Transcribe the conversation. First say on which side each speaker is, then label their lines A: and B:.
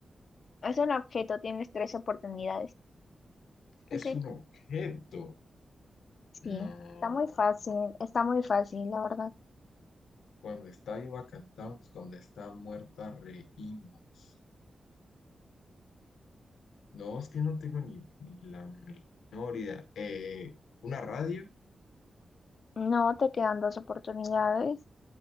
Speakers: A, on the left (about 65°); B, on the left (about 85°).
A: Es un objeto, tienes tres oportunidades.
B: Es
A: Ok.
B: un objeto.
A: Sí,
B: No.
A: está muy fácil, está muy fácil, la verdad.
B: Cuando está viva cantamos, cuando está muerta reímos. No, es que no tengo ni, ni la menor idea. Eh, ¿una radio?
A: No, te quedan dos oportunidades.